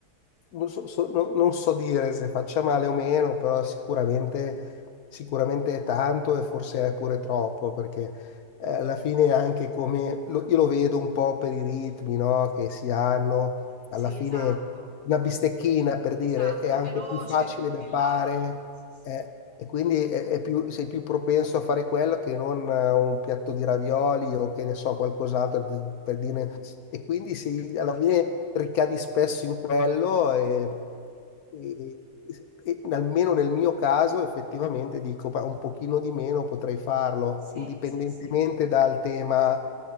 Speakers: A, on the left; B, on the right.
A: non so, so- non- non so dire se faccia male o meno, però sicuramente, sicuramente è tanto e forse è pure troppo, perché eh, alla fine anche come lo- io lo vedo un po' per i ritmi, no, che si hanno,
B: Sì,
A: alla fine
B: esatto,
A: una bistecchina per dire
B: esatto,
A: è anche
B: veloce,
A: più facile
B: butti
A: da fare
B: là. Sì, sì,
A: eh, e quindi è- è più- sei più propenso a fare quello che non eh, un piatto di ravioli o che ne so, qualcos'altro di- per dire e quindi si, alla fine ricadi spesso in quello e, e- e almeno nel mio caso effettivamente dico "Ma un pochino di meno potrei farlo,
B: sì,
A: indipendentemente
B: sì, sì,
A: dal tema